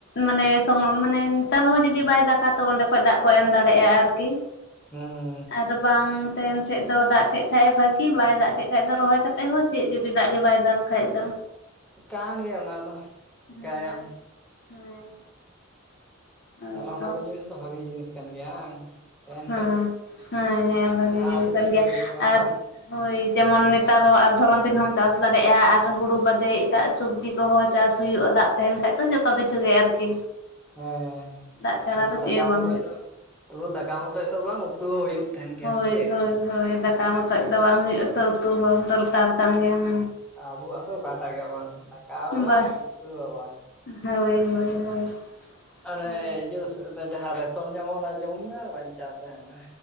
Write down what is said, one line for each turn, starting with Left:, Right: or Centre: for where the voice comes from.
Left: ᱢᱟᱱᱮ ᱛᱚ ᱦᱚᱸ ᱢᱟᱱᱮ ᱱᱮᱛᱟᱨ ᱦᱚᱸ ᱡᱩᱫᱤ ᱵᱟᱭ ᱫᱟᱠᱟ ᱛᱚ ᱚᱸᱰᱮ ᱠᱷᱚᱡ ᱫᱟᱜ ᱠᱚ ᱮᱢ ᱫᱟᱲᱮᱭᱟᱜᱼᱟ ᱟᱨᱠᱤ᱾
Centre: ᱦᱩᱸ᱾
Left: ᱟᱨᱚᱵ ᱵᱟᱝ ᱛᱟᱦᱮᱱ ᱥᱮᱫ ᱫᱚ ᱫᱟᱜ ᱠᱮᱫ ᱠᱷᱟᱡ ᱮ ᱵᱷᱟᱜᱤ ᱵᱟᱭ ᱫᱟᱜ ᱠᱮᱫ ᱠᱷᱟᱡ ᱫᱚ ᱨᱚᱦᱚᱭ ᱠᱟᱛᱮ ᱦᱚᱸ ᱪᱮᱫ ᱡᱩᱫᱤ ᱫᱟᱜ ᱜᱮ ᱵᱟᱭ ᱫᱟᱜ ᱠᱷᱟᱡ ᱫᱚ᱾
Centre: ᱠᱟᱱᱱ ᱜᱮᱭᱟ ᱚᱱᱟ ᱫᱚ, ᱪᱤᱠᱟᱭᱟᱢ?
Left: ᱦᱮᱸ ᱦᱮᱸ᱾ ᱦᱳᱭ
Centre: ᱛᱟᱦᱚᱞᱮ ᱚᱱᱟ
Left: ᱛᱚ
Centre: ᱠᱚ ᱡᱤᱱᱤᱥ ᱫᱚ ᱵᱷᱟᱹᱜᱮ ᱡᱤᱱᱤᱥ ᱠᱟᱱ ᱜᱮᱭᱟ, ᱵᱟᱝ? ᱛᱟᱦᱮᱱ
Left: ᱦᱮᱸ,
Centre: ᱠᱷᱟᱡ ᱫᱚ
Left: ᱦᱮᱸ ᱦᱮᱸ ᱵᱷᱟᱹᱜᱮ
Centre: ᱡᱟᱦᱟᱸ
Left: ᱡᱤᱱᱤᱥ
Centre: ᱛᱤᱱᱟᱹᱜ
Left: ᱠᱟᱱ
Centre: ᱜᱮ
Left: ᱜᱮᱭᱟ
Centre: ᱦᱩᱭᱩᱜᱼᱟ
Left: ᱟᱨ
Centre: ᱵᱟᱝ
Left: ᱦᱳᱭ ᱡᱮᱢᱚᱱ ᱱᱮᱛᱟᱨ ᱦᱚᱸ ᱟᱨ ᱫᱷᱚᱨᱚᱱ ᱫᱤᱱ ᱦᱚᱢ ᱪᱟᱥ ᱫᱟᱲᱮᱭᱟᱜᱼᱟ ᱟᱨ ᱦᱩᱲᱩ ᱵᱟᱫᱮ ᱮᱴᱟᱜ ᱥᱚᱵᱽᱡᱤ ᱫᱚᱦᱚᱸ ᱪᱟᱥ ᱦᱩᱭᱩᱜᱼᱟ ᱫᱟᱜ ᱛᱟᱦᱮᱱ ᱠᱷᱟᱡ ᱫᱚ ᱡᱚᱛᱚ ᱠᱤᱪᱷᱩ ᱜᱮ ᱟᱨᱠᱤ᱾
Centre: ᱦᱮᱸ
Left: ᱫᱟᱜ ᱪᱷᱟᱲᱟ
Centre: ᱥᱩᱫᱷᱩ
Left: ᱫᱚ
Centre: ᱫᱟᱠᱟ
Left: ᱪᱮᱫ ᱦᱚᱸ ᱵᱟᱝ
Centre: ᱢᱚᱛᱚᱡ
Left: ᱦᱩᱭᱩᱜ
Centre: ᱫᱚ ᱥᱩᱫᱷᱩ ᱫᱟᱠᱟ ᱢᱚᱛᱚᱡ ᱫᱚ ᱵᱟᱝ ᱩᱛᱩ ᱦᱚᱸ ᱦᱩᱭᱩᱜ ᱛᱟᱦᱮᱱ ᱜᱮᱭᱟ
Left: ᱦᱳᱭ
Centre: ᱥᱮ ᱪᱮᱫ
Left: ᱦᱳᱭ ᱦᱳᱭ ᱫᱟᱠᱟ ᱢᱚᱛᱚᱡ ᱫᱚ ᱵᱟᱝ ᱦᱩᱭᱩᱜᱼᱟ ᱛᱚ ᱩᱛᱩ ᱦᱚᱸ ᱫᱚᱨᱠᱟᱨ ᱠᱟᱱ ᱜᱮᱭᱟ ᱦᱮᱸ᱾
Centre: ᱟᱵᱚᱣᱟᱜ ᱫᱚ ᱚᱠᱟ ᱴᱟᱜ ᱜᱮ ᱵᱟᱝ᱾ ᱦᱚᱸ ᱵᱟᱝ
Left: ᱵᱟᱦ,
Centre: ᱩᱛᱩ ᱦᱚᱸ ᱵᱟᱝ
Left: ᱦᱳᱭ ᱦᱳᱭ ᱦᱳᱭ᱾
Centre: ᱚᱱᱮ
Left: ᱦᱳᱭ
Centre: ᱤᱭᱟᱹ ᱥᱮ ᱚᱱᱮ ᱡᱟᱦᱟᱸ ᱨᱮᱥᱚᱱ ᱧᱟᱢᱚᱜ-ᱟ ᱚᱱᱟ ᱡᱚᱢ ᱢᱮ ᱟᱨ ᱵᱟᱧᱪᱟᱣ ᱛᱟᱦᱮᱱ ᱢᱮ᱾